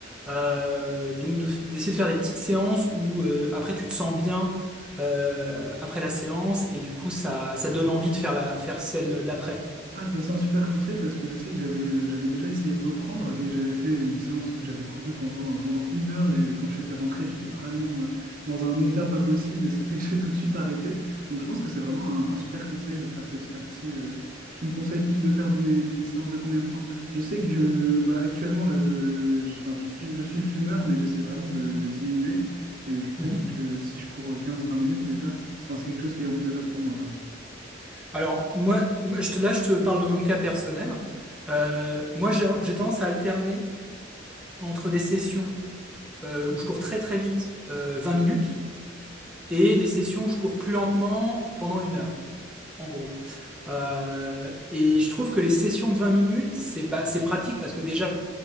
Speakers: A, in the centre; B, on the right (about 45°).
A: Euh, donc de d'essayer de faire des petites séances où euh, après tu te sens bien euh, après la séance et du coup ça ça donne envie de faire la faire celle d'après.
B: Ah, bah, c'est un super conseil parce que je sais que j'avais euh, j'avais déjà essayé de reprendre et j'avais fait une séance où j'avais couru pendant, euh, pendant une heure et quand j'étais rentré, j'étais vraiment euh, dans un état pas possible et c'est fait que <laughs> j'ai tout de suite arrêté. Donc je pense que c'est vraiment un, un super conseil de faire petit à petit. euh, Tu me conseilles plus de faire des, des séances de combien de temps? Je sais que je, bah, actuellement, là, je, je, enfin, je suis, je suis fumeur, mais j'essaie vraiment de, de diminuer et je pense
A: Mhm.
B: que si je cours quinze vingt minutes déjà, je- enfin, c'est quelque chose qui est envisageable pour moi,
A: Alors moi, moi, je te là je te parle de mon cas personnel. Euh, moi j'ai j'ai tendance à alterner entre des sessions euh, où je cours très très vite euh, 20 minutes et des sessions où je cours plus lentement pendant une heure en gros. Euh, et je trouve que les sessions de 20 minutes, c'est bah, c'est pratique parce que déjà,